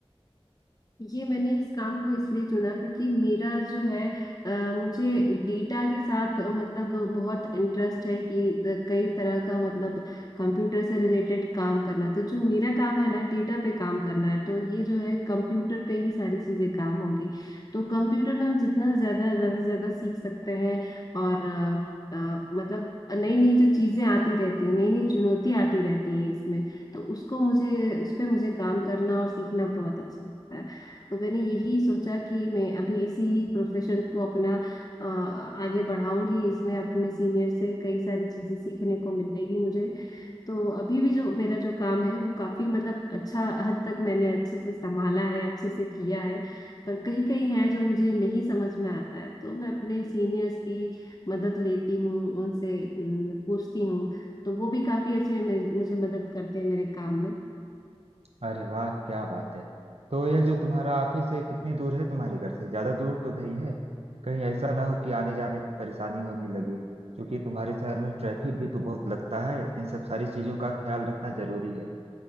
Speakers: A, on the left (about 35°); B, on the right (about 75°).
A: ये मैंने इस काम को इसलिए चुना क्योंकि मेरा जो है अ, मुझे डेटा के साथ अ, मतलब बहुत इंटरेस्ट है कि अ, कई तरह का मतलब कंप्यूटर से रिलेटेड काम करना तो जो मेरा काम है ना डेटा पे काम करना है तो ये जो है कंप्यूटर पे ही सारी चीजें काम होगी तो कंप्यूटर में हम जितना ज्यादा ज्यादा से ज्यादा सीख सकते हैं और अ, अ, मतलब नई नई जो चीजें आती रहती हैं नई नई चुनौतियां आती रहती हैं इसमें तो उसको मुझे उस पे मुझे काम करना और सीखना बहुत अच्छा लगता है तो मैंने यही सोचा कि मैं अभी इसी प्रोफेशन को अपना अ, आगे बढ़ाऊंगी इसमें अपने सीनियर से कई सारी चीजें सीखने को मिलेगी मुझे तो अभी भी जो मेरा जो काम है वो काफी मतलब अच्छा हद तक मैंने अच्छे से संभाला है अच्छे से किया है पर कहीं कहीं है जो मुझे नहीं समझ में आता है तो मैं अपने सीनियर्स की मदद लेती हूँ उनसे उम, पूछती हूँ तो वो भी काफी अच्छे मे- मुझे मदद करते हैं मेरे काम में
B: अरे वाह क्या बात है तो यह जो तुम्हारा ऑफिस है कितनी दूर है तुम्हारे घर से ज्यादा दूर तो नहीं है कहीं ऐसा ना हो कि आने जाने में परेशानी होने लगे क्योंकि तुम्हारे शहर में ट्रैफिक भी तो बहुत लगता है इन सब सारी चीजों का ख्याल रखना जरूरी है